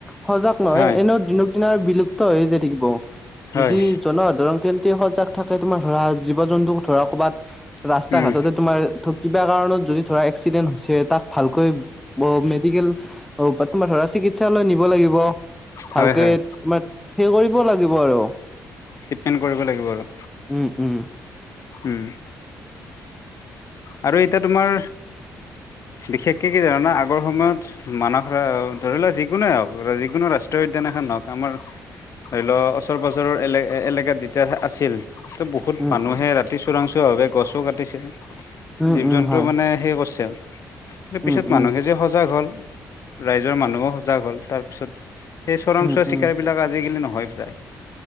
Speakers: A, in the centre; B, on the left (about 55°).
A: সজাগ নহয়
B: হয়
A: এনেও দিনক দিনা বিলুপ্ত হৈ যায় থাকিব।
B: হয়
A: যদি জনসাধাৰণ তেন্তে সজাগ থাকে তোমাৰ ধৰা জীৱ জন্তু ধৰা ক'বাত ৰাস্তা
B: উম
A: ঘাটতে তোমাৰ কিবা কাৰণত যদি ধৰা এক্সিডেন্ট হৈছে তাক ভালকৈ বৌ মেডিকেল অ তোমাৰ ধৰা চিকিৎসালয়লৈ নিব লাগিব।
B: হয়
A: ভালকে
B: হয়
A: তোমাৰ হেৰি কৰিব লাগিব আৰু।
B: ট্ৰিটমেণ্ট কৰিব লাগিব আৰু
A: উম উম
B: উম আৰু এতিয়া তোমাৰ বিশেষকে কি জানা না আগৰ সময়ত মানস ধৰা ধৰি লোৱা যিকোনোৱে হওক যিকোনো ৰাষ্ট্ৰীয় উদ্যান এখন লক আমাৰ ধৰি লও ওচৰ পাজৰৰ এলে এলেকাত যেতিয়া আছিল। বহুত
A: উম
B: মানুহে
A: উম
B: ৰা- কি চোৰাংচোৰা ভাৱে গছো কাটিছে।
A: উম
B: জীৱ
A: উম
B: জন্তু
A: হয়
B: মানে সে কৰছে পিছত
A: উম
B: মানুহে
A: উম
B: যে সজাগ হল। ৰাইজৰ মানুহো সজাগ হ'ল। তাৰ পিছত সেই চোৰাংচোৱা
A: উম
B: চিকাৰী
A: উম
B: বিলাক আজিকালি নহয় প্ৰায়।